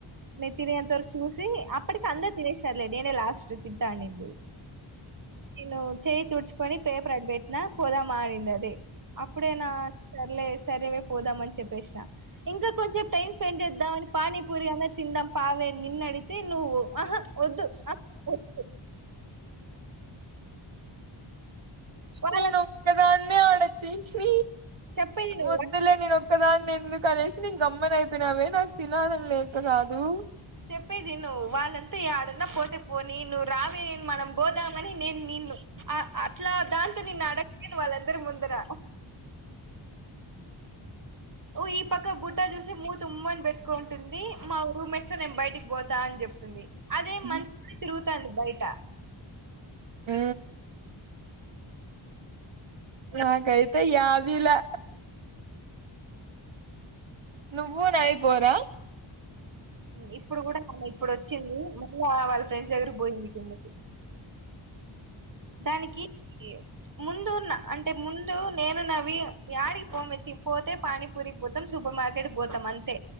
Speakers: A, on the right (about 40°); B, on the right (about 70°).
A: నేను తినేంత వరకు చూసి అప్పటికి అందరుూ తినేసారులే నేనే లాస్ట్ తిద్దాను నది నేను చేయిి తుడుచుకొని పేపర్ అడి పెట్టినా పొదా మడింది అది అప్పుడేనా సర్లే సరేవే పోదాం అని చెప్పేసిన ఇంకా కొంచెం టైం స్పెండ్ చేద్దాంని పానీపూరి అలా తిందాం పావే నిన్నడితే నువ్ ఆహా వద్దు ఆ వద్దు వాళ్ళ
B: నీనొక్కదాన్నే ఆడ తీసి
A: చెప్పేది నువ్వు
B: వద్దులే నేనొక్కదాన్ని ఎందుకునేసి నేను గమ్మన అయిపోయినావే నాకు తినాలని లేక కాదు
A: చెప్పేది నువవు వాళ్ళంతా ఈ ఆడన్నా పోతే పోని నువ్వు రావే మనం పోదామని నేను నిన్ను అట్లా దాంతో నేను అడగలేను వాళ్ళందరి ముందుర ఓ ఈ పక్క బుట్టా చూసి మూ తమ్మని పెట్టుకుంటుంది మా రూమ్మేట్స్ నేను బయటికి పోతా అని చెప్పా తుంది అదే
B: ఉమ్
A: మంచిగానే తిరుగుతంది బయట
B: ఊ నా కైతే యాదిలా నువ్వు నాయి పోరా
A: ఉ ఇప్పుడు కూడా కాలే ఇప్పుడు వచ్చింది మళ్ళా వాళ్ళ ఫ్రెండ్స్ దగ్గర బొయింది కిందికి దానికి ఈ ముందున్న అంటే ముందు నేను నవి యాడికి బోమే తిన్ పోతే పానీపూరి పోతాం సు సూపర్ మార్కెట్ పోతాం అంతే